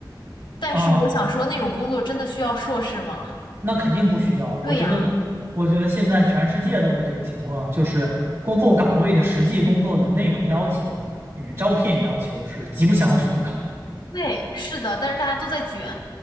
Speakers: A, on the left; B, on the right.
A: 但是我想说，
B: 啊，
A: 那种工作真的需要硕士吗？
B: 那肯定不需要。我觉得，
A: 对呀，
B: 我觉得现在全世界都是这个情况，就是工作岗位的实际工作的内容要求与招聘要求是极不相符的。
A: 对，是的，但是大家都在卷，